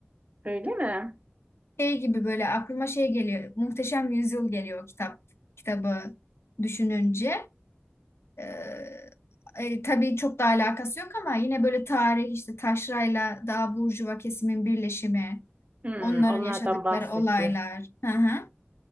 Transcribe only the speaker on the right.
Öyle mi?
Hmm,
onlardan
bahsediyor.